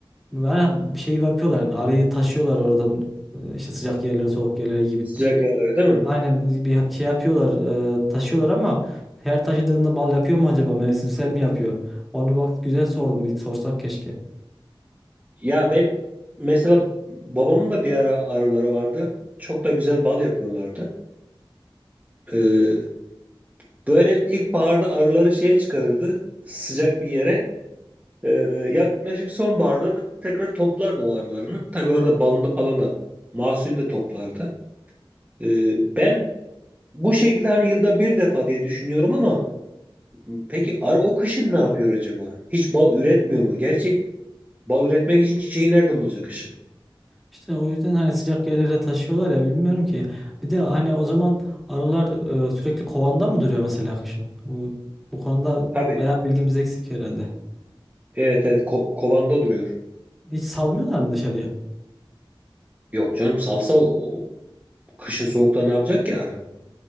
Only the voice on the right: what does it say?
Sıcak yerlere değil mi?
Ya ben mesela babamın da bir ara arıları vardı. Çok da güzel bal yapıyorlardı. Ee, böyle ilkbaharda arıları şeye çıkarırdı sıcak bir yere. Ee, yaklaşık sonbaharda tekrar toplardı o arılarını. Tabii orada balını falan da mahsul de toplardı. Ee, ben bu şekilde hani yılda bir defa diye düşünüyorum ama Peki arı o kışın ne yapıyor acaba? Hiç bal üretmiyor mu? Gerçi bal üretmek için çiçeği nereden bulacak kışın?
Tabii.
Evet evet ko- kovanda duruyor.
Yok canım salsa o, o kışın soğukta ne yapacak ki arı?